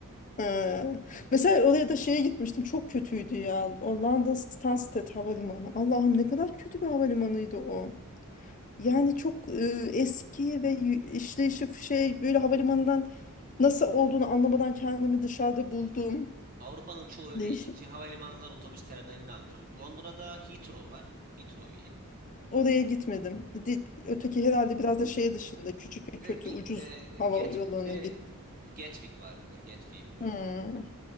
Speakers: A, on the left; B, on the right.
A: Ee, Mesela oraya da şeye gitmiştim. Çok kötüydü ya. O London Stansted Havalimanı. Allah'ım ne kadar kötü bir havalimanıydı o. Yani çok e, eski ve y- işleyişi şey böyle havalimanından nasıl olduğunu anlamadan kendimi dışarıda buldum.
B: Avrupa'nın çoğu öyle.
A: Değişik.
B: İkinci havalimanları otobüs terminalini andırır. Londra'da Heathrow var. Heathrow. iyi.
A: Oraya gitmedim. Di- Öteki herhalde biraz da şey dışında küçük ve
B: Ve
A: kötü
B: Gi-
A: ucuz
B: e, e,
A: hava
B: Gatwick
A: yollarının
B: bir de
A: gitti.
B: Gatwick var bir de Gatwick'i biliyorum.
A: Hmm,
B: Yok,